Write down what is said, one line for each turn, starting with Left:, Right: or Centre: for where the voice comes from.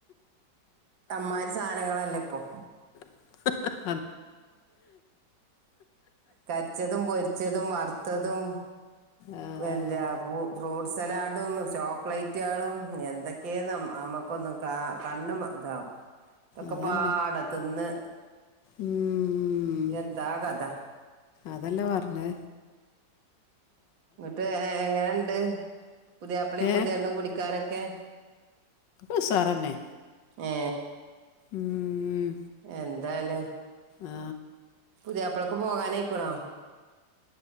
Right: അമ്മാര് സാധനങ്ങളല്ലേ ഇപ്പൊ
Left: <unintelligible>
Right: കര്ച്ചതും പൊരിച്ചതും വറുത്തതും
Left: ആഹ്
Right: എന്താ ഫ്രൂട്ട് സലാഡും ചോക്ലേറ്റ് തയാളും എന്തൊക്കെയ നമ്മക്കൊന്നും കാ കണ്ും ഇതാവും ഇതൊക്കെ
Left: അതന്നെ
Right: പാട തിന്ന്
Left: ഉം
Right: എന്താ കഥ
Left: അതല്ലെ പറഞ്ഞ്
Right: ന്ന്ട്ട് എങ്ങനെണ്ട് പുതിയാപ്പളെം
Left: ഏ
Right: പുതിയെണ്ണും കുടിക്കാരൊക്കെ
Left: ഉസാറന്നെ
Right: ഏ
Left: ഉം
Right: എന്താലും
Left: ആ
Right: പുതിയാപ്പളക്ക് പോകാനായിക്കുണോ